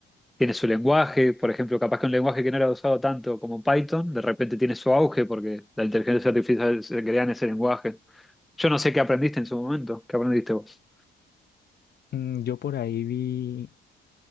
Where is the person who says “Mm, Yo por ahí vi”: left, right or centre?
Left